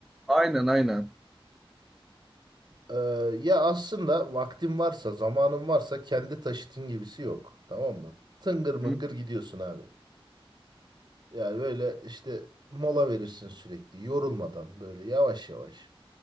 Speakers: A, in the centre; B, on the right.
A: Aynen aynen.
B: Ee, ya aslında vaktin varsa, zamanın varsa kendi taşıtın gibisi yok. Tamam mı? Tıngır mıngır
A: Hı?
B: gidiyorsun abi. Yani böyle işte mola verirsin sürekli yorulmadan böyle yavaş yavaş.